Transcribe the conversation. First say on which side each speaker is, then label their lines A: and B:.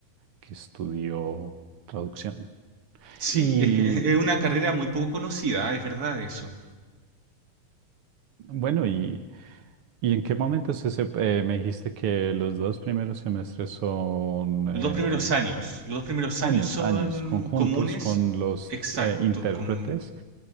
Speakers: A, on the right; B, on the right.
A: que estudió traducción.
B: Sí,
A: Y
B: es, es una carrera muy poco conocida, es verdad eso.
A: bueno, y ¿Y en qué momento momentos ese, eh, me dijiste que los dos primeros semestres son eh,
B: Los dos primeros años. Los dos primeros
A: años,
B: años son
A: años conjuntos
B: comunes.
A: con los
B: Exacto,
A: eh, intérpretes?
B: com-